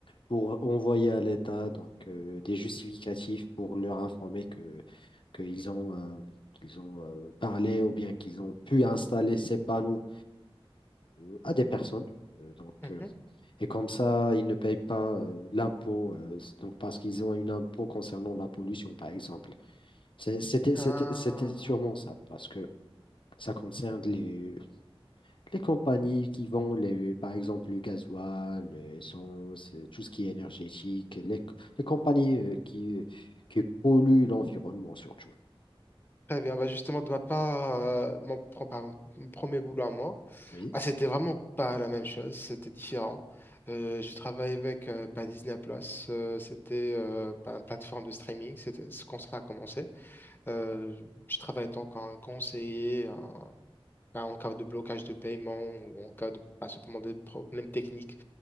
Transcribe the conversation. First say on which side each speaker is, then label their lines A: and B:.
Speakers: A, on the left; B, on the left.
A: pour envoyer à l'État donc, euh, des justificatifs pour leur informer que, qu'ils ont, euh, qu'ils ont euh, parlé ou bien qu'ils ont pu installer ces panneaux euh, à des personnes. Euh, donc,
B: Mhm.
A: euh, et comme ça, ils ne payent pas euh, l'impôt, euh, c- donc parce qu'ils ont une impôt concernant la pollution, par exemple. C'est- C'était,
B: Ah,
A: c'était, c'était sûrement ça, parce que ça concerne les, les compagnies qui vendent, les, par exemple, le gasoil, l'essence, euh, tout ce qui est énergétique, les, les compagnies euh, qui, euh, qui polluent l'environnement surtout.
B: très bien. Bah justement, de ma part, euh, mon, pro- pardon, mon premier boulot à moi,
A: Oui,
B: ah, c'était vraiment pas la même chose, c'était différent. Euh, j'ai travaillé avec euh, bah, Disney+, Plus, euh, c'était euh, bah, une plateforme de streaming, c'était ce qu'on ça a commencé. Euh, je travaillais en tant qu'un conseiller, bah, en cas de blocage de paiement ou en cas de bah, simplement des problèmes techniques